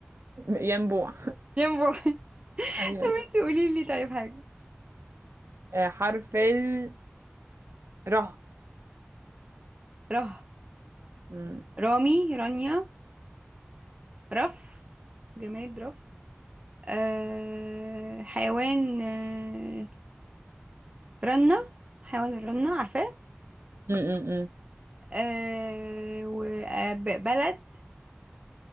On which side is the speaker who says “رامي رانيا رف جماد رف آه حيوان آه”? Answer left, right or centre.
Right